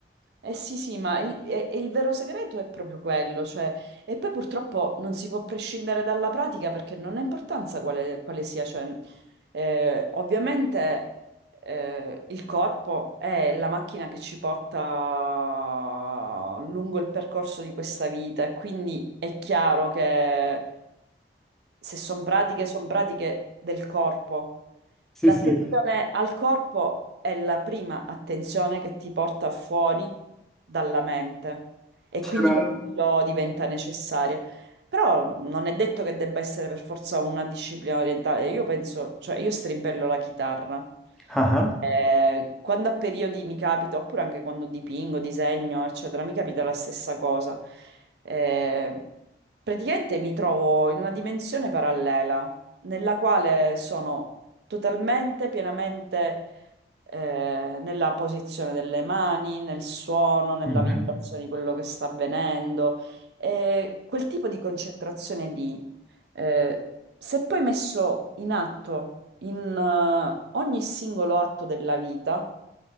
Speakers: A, on the right; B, in the centre.
A: Eh sì, sì, ma il, e- e il vero segreto è proprio quello, cioè, e poi purtroppo non si può prescindere dalla pratica perché non ha importanza quale, quale sia, cioè, eh, ovviamente eh, il corpo è la macchina che ci porta lungo il percorso di questa vita e quindi è chiaro che se sono pratiche, sono pratiche del corpo.
B: Sì,
A: L'attenzione
B: sì,
A: al corpo è la prima attenzione che ti porta fuori dalla mente e
B: c'era...
A: quindi per quello diventa necessaria. Però non è detto che debba essere per forza una disciplina orientale. Io penso, cioè io strimpello la chitarra.
B: Ah, ah.
A: Eh, quando a periodi mi capita, oppure anche quando dipingo, disegno, eccetera, mi capita la stessa cosa. Eh, praticamente mi trovo in una dimensione parallela nella quale sono totalmente, pienamente eh, nella posizione delle mani, nel suono, nella
B: Mhm.
A: vibrazione di quello che sta avvenendo. E quel tipo di concentrazione lì, eh, se poi messo in atto in eh, ogni singolo atto della vita,